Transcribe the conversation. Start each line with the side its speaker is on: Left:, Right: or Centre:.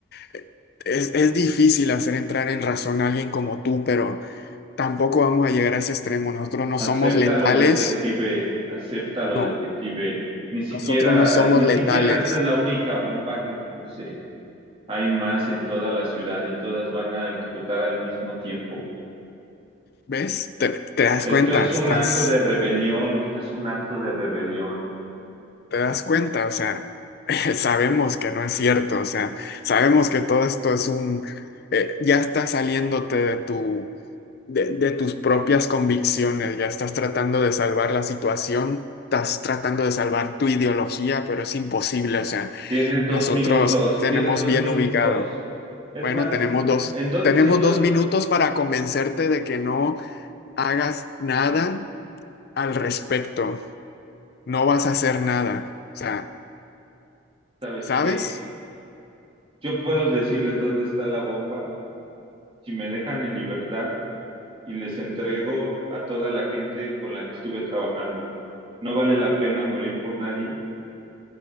Left: eh, Es, es difícil hacer entrar en razón a alguien como tú, pero tampoco vamos a llegar a ese extremo. Nosotros no
Right: Acéptalo,
Left: somos letales
Right: detective, acéptalo,
Left: No,
Right: detective. Ni siquiera,
Left: nosotros no somos
Right: eh, ni
Left: letales.
Right: siquiera esta es la única bomba que puse. hay más en toda la ciudad y todas van a explotar al mismo tiempo.
Left: ¿Ves? Te, te das
Right: Esto
Left: cuenta,
Right: es
Left: estás,
Right: un acto de rebelión, esto es un acto de rebelión.
Left: te das cuenta, o sea, <laughs> sabemos que no es cierto, o sea, sabemos que todo esto es un, eh, ya estás saliéndote de tu, de, de tus propias convicciones, ya estás tratando de salvar la situación, estás tratando de salvar tu ideología, pero es imposible, o sea,
Right: Tienes dos
Left: nosotros
Right: minutos,
Left: tenemos
Right: tienes dos
Left: bien
Right: minutos.
Left: ubicado.
Right: Es
Left: Bueno,
Right: más,
Left: tenemos dos,
Right: en dos,
Left: tenemos
Right: si en dos,
Left: dos minutos para convencerte de que no. hagas nada al respecto. No vas a hacer nada. O sea,
Right: ¿sabes
Left: ¿sabes?
Right: qué? Yo puedo decirles dónde está la bomba si me dejan en libertad y les entrego a toda la gente con la que estuve trabajando. No vale la pena morir por nadie